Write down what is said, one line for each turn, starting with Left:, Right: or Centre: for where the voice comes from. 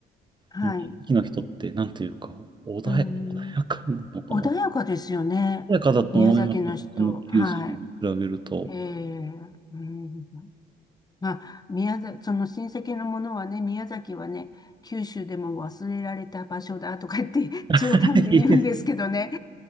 Left: はい。
Right: 地域の人って、なんというか、穏や、
Left: うーん。
Right: 穏やかなのかな穏
Left: 穏やかですよね。
Right: やかだと思います。
Left: 宮崎の人。
Right: 他の九州に比べると。
Left: はい。ええ、うん。まあ、宮崎、その親戚のものはね、宮崎はね、九州でも忘れられた場所だとか言って <laughs> 冗談で言うんですけどね。
Right: <laughs> いえ